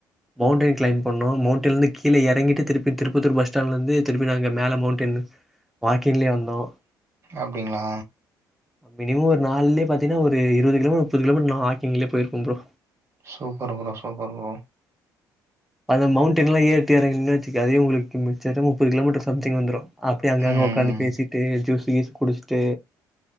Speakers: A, in the centre; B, on the right.
A: மவுண்டென் க்ளைம் பண்ணோ மவுண்டென்ல இருந்து கீழ எறங்கிட்டு திருப்பி திருப்பத்தூர் பஸ் ஸ்டாண்ட்ல இருந்து திருப்பி நாங்க மேல மவுண்டெய்ன்ல வாக்கிங்லே வந்தோ
B: அப்டிங்களா
A: மினிமோ ஒரு நாலேய பாத்தீங்ன்னா ஒரு இருவது கிலோமீ முப்பது கிலோமீட்டர் நா வாக்கிங்லே போயிருப்போ bro
B: super bro super bro
A: அந்த மவுண்டன்லா ஏறிட்டு இறங்குங்க அதே உங்களுக்கு எக்ஜாஜ முப்பது கிலோமீட்டர் சம்திங் வந்துரு அப்டியே அங்கங்க
B: ம்
A: உக்காந்து பேசிட்டு ஜூஸ் கீஸ் குடுச்சுட்டு